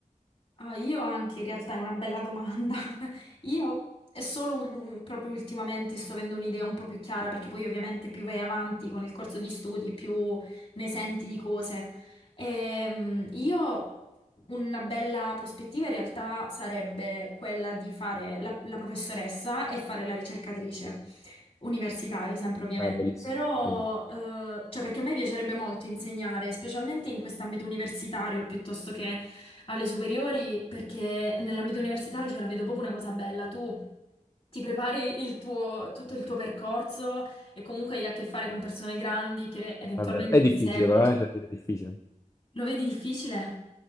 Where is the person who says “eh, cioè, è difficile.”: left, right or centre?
Left